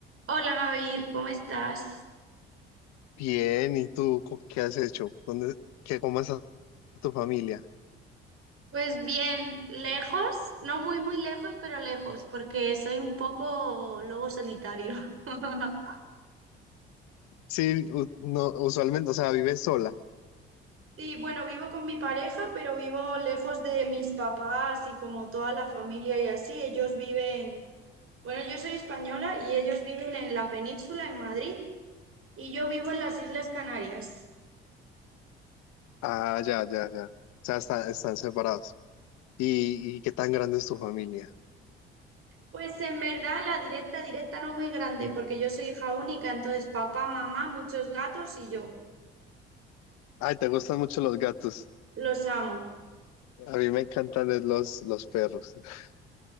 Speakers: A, on the right; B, on the left.
A: Hola Gabriel, ¿cómo estás?
B: Bien, ¿y tú co- qué has hecho? ¿Dónde, qué, cómo está tu familia?
A: Pues bien, lejos, no muy muy lejos, pero lejos, porque soy un poco lobo solitario. <laughs>
B: Sí, u- no, usualmente, o sea, vives sola.
A: Sí, bueno, vivo con mi pareja, pero vivo lejos de mis papás y como toda la familia y así. Ellos viven, bueno, yo soy española y ellos viven en la península, en Madrid, y yo vivo en las Islas Canarias.
B: Ah, ya, ya, ya. O sea, está- están separados. ¿Y, y qué tan grande es tu familia?
A: Pues en verdad la directa, directa no muy grande, porque yo soy hija única, entonces papá, mamá, muchos gatos y yo.
B: Ay, te gustan mucho los gatos.
A: Los amo.
B: A mí me encantan es los, los perros. <laughs>